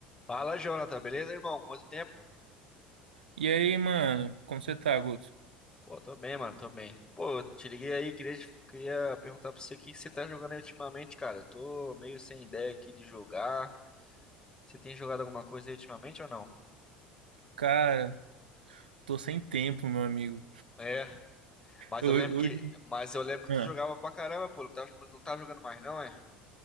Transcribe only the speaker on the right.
E aí, mano, como você tá, Guto?
Cara, tô sem tempo, meu amigo.
Ho-
Hoje,
Ah.